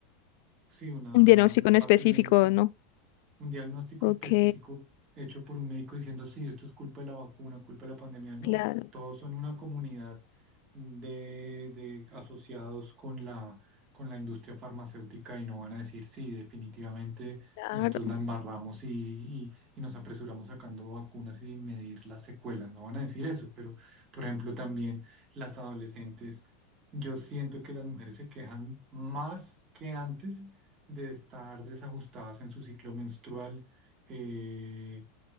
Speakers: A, on the right (about 25°); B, on the left (about 55°).
A: sí, una,
B: Un diagnóstico
A: un
B: en
A: parte
B: específico,
A: médico
B: ¿no?
A: un diagnóstico
B: Ok,
A: específico hecho por un médico diciendo, sí, esto es culpa de la vacuna, culpa de la pandemia. No,
B: claro,
A: todos son una comunidad de, de asociados con la, con la industria farmacéutica y no van a decir, sí, definitivamente
B: claro.
A: nosotros la embarramos y, y, y nos apresuramos sacando vacunas sin medir las secuelas. No van a decir eso, pero, por ejemplo, también las adolescentes. Yo siento que las mujeres se quejan más que antes de estar desajustadas en su ciclo menstrual. eh,